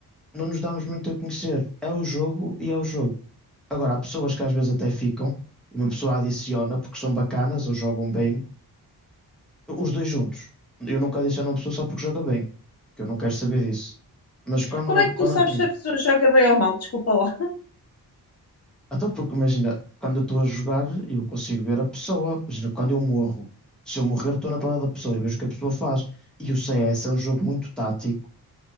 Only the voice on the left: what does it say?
Como é que tu
sabes
se a pessoa joga bem ou mal? Desculpa lá.